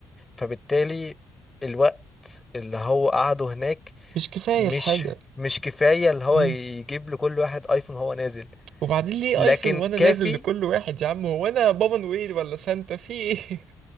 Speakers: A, on the left; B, on the right.
A: فبالتالي الوقت اللي هو قعده هناك
B: مش كفاية
A: مش
B: الحاجة
A: مش كفاية اللي هو
B: مم.
A: يجيب لكل واحد ايفون هو نازل
B: وبعدين ليه
A: لكن
B: ايفون وانا
A: كافي
B: نازل لكل واحد يا عم هو انا بابا نويل ولا سانتا في ايه